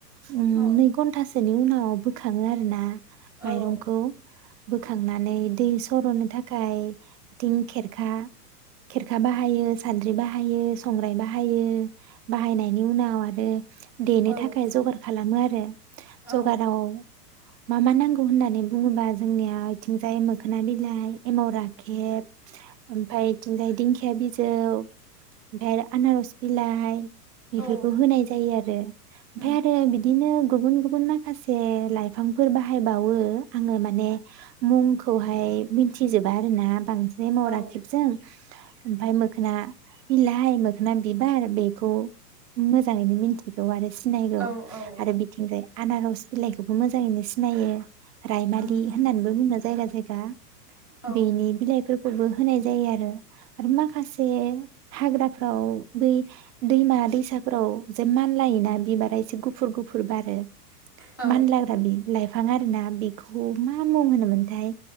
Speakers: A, on the right; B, on the left.
A: उम
B: औ
A: नै घन्टासोनि उनाव बोखाङो आरोना <inaudible>
B: औ
A: माइरंखौ बोखांनानै दै सर'नो थाखाय बिथिं खेरखा खेरखा बाहायो, सान्द्रि बाहायो, संग्राय बाहायो। बाहायनायनि उनाव आरो देनो
B: औ
A: थाखाय जगार खालामो आरो
B: औ
A: जगाराव मा मा नांगौ होननानै बुङोबा, जोंनिया इथिंजाय मोखोना बिलाइ, एमाव राखेब, ओमफाय इथिंजाय दिंखिया बिजौ, ओमफाय आनारस बिलाइ बेफोरखौ
B: औ
A: होनाय जायो आरो ओमफाय
B: उम
A: आरो बिदिनो गुबुन गुबुन माखासे लाइफां फोर बाहायबावो आङो माने मुंखौहाय मिनथि जोबा आरो ना बांसिन एमाव
B: औ
A: राखेबजों ओमफाय मोखोना बिलाइ, मोखोना बिबार बेखौ मोजाङैनो मिथिगौ आरो सि सिनायगौ
B: औ औ
A: आरो बिथिंजाय आनारस बिलाइखौबो मोजाङैनो सि सिनायो। रायमालि
B: उम उम
A: होननानैबो बुङो। जायगा जायगा गा
B: औ
A: बेनि बिलाइफोर फोरबो होनाय जायो आरो आरो माखासे हाग्राफ्राव दै, दैमा-दैसाफोराव जे मानलायोना बिबारा एसे गुफुर गुफुर बारो
B: औ
A: मानलाग्रा बि लाइफां आरोना बेखौ मा मुं होनोमोनथाय?